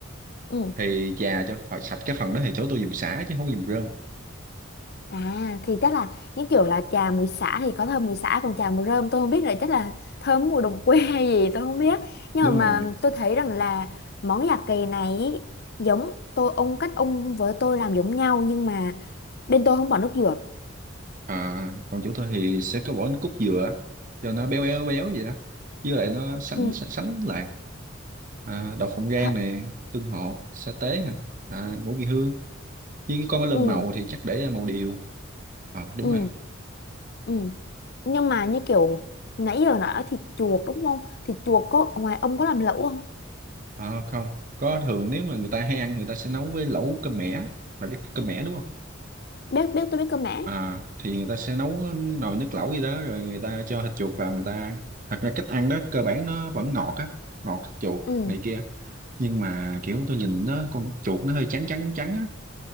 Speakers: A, on the left (about 50°); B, on the right (about 40°).
A: ừ.
B: thì chà cho phải sạch cái phần đó thì chỗ tôi dùng sả chứ không có dùng rơm
A: à thì chắc là những kiểu là trà mùi xả thì có thơm mùi xả còn trà mùi rơm tôi không biết là chắc là thơm mùi đồng quê <laughs> hay gì tôi không biết nhưng
B: đúng
A: mà,
B: rồi
A: mà tôi thấy rằng là món già kỳ này ý, giống tôi ông cách ông với tôi làm giống nhau nhưng mà bên tôi không bỏ nước dừa
B: à, còn chỗ tôi thì sẽ có bỏ nước cốt dừa cho nó béo béo béo vậy đó với lại nó sánh
A: ừ,
B: sánh, sánh lại à, đậu phộng rang
A: hả,
B: nè tương hộ sa tế hả à, ngũ vị hương với cái con nó lên
A: ừ,
B: màu thì chắc để màu điều ờ đúng
A: ừ.
B: rồi
A: Ừ. Nhưng mà như kiểu nãy giờ nói thịt chuột đúng không? Thịt chuột có ngoài ông có làm lẩu không?
B: Ờ, không có thường nếu mà người ta hay ăn người ta sẽ nấu với lẩu cơm mẻ bạn biết cơm mẻ đúng không
A: Biết biết tôi biết cơ mà.
B: à thì người ta sẽ nấu nồi nước lẩu gì đó rồi người ta cho thịt chuột vào người ta ăn thật ra cách ăn đó cơ bản nó vẫn ngọt á ngọt thịt chuột
A: Ừ.
B: này kia nhưng mà kiểu tôi nhìn nó con chuột nó hơi trắng trắng trắng á